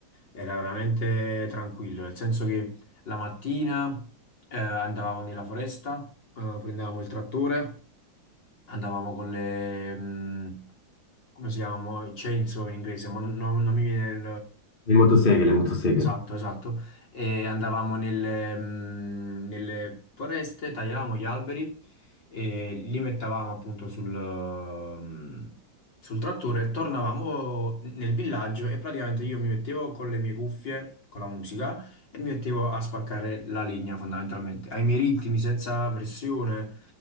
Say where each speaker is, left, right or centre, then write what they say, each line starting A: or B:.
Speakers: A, on the left; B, on the left.
A: era veramente tranquillo, nel senso che la mattina eh, andavamo nella foresta, eh, prendevamo il trattore andavamo con le, mh, come si chiamano? Chainsaw in inglese, ma non, non- non mi viene il...
B: Le motoseghe,
A: mh,
B: le motoseghe.
A: Esatto, esatto. E andavamo nelle, mh, nelle foreste, tagliavamo gli alberi e li mettavamo appunto sul, mh, sul trattore, tornavamo nel villaggio e praticamente io mi mettevo con le mie cuffie, con la musica il mio obiettivo è spaccare la legna fondamentalmente, ai miei ritmi, senza pressione,